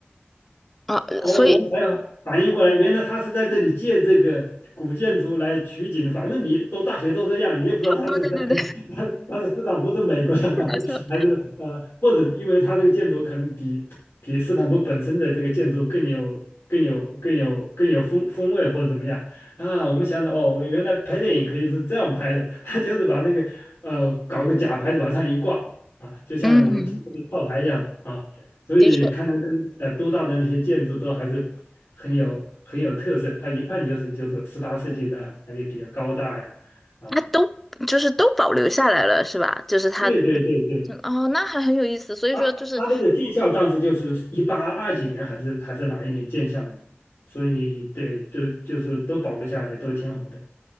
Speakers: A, in the centre; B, on the left.
A: 啊，呃所以
B: 哦，我们才要反应过来，原来他是在这里借这个古建筑来取景。反正你都大学都这样，你也不知道他是在
A: 对对对对，
B: <laughs> 他他是斯坦福是美国的，还是还是呃，
A: 太搞笑了
B: 或者因为他这个建筑可能比比斯坦福本身的这个建筑更有更有更有更有风风味或者怎么样啊？我们想着哦，原来拍电影可以是这样拍的，<laughs> 他就是把那个呃搞个假牌子往上一挂啊，就像我们今天的套牌一样啊。
A: 嗯，
B: 所以看到这呃都大的那些建筑都还是很有很有特色，
A: 的确，
B: 它一看就是就是十八世纪的啊，而且比较高大呀，啊、
A: 它都就是都保留下来了，是吧？就是他，
B: 对对对对，
A: 嗯哦，那还很有意思。所以说，
B: 它它这个建校当时就是一八二几年还是还是哪一年建校呢？
A: 就是
B: 所以对，就就是都保留下来，都挺好的，